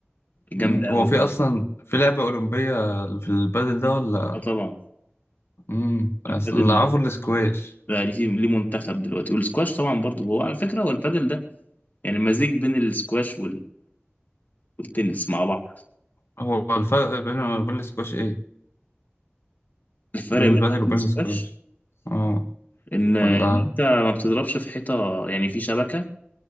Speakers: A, on the left; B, on the left.
A: الجامدة
B: مم. هو
A: قوي
B: في اصلا في لعبه اولمبيه في البادل ده ولا
A: اه طبعا
B: امم
A: البادل
B: اللي اعرفه
A: ده
B: السكواش
A: بقى ليه ليه منتخب دلوقتي والسكواش طبعا برضه هو على فكرة هو البادل ده يعني مزيج بين السكواش والتنس مع بعض
B: هو الفرق بين وبين السكواش ايه
A: الفرق
B: بين
A: بينهم
B: البادل
A: وبين
B: وبين
A: السكواش
B: السكواش اه
A: ان ان
B: ولا
A: انت ما بتضربش في حيطه يعني في شبكه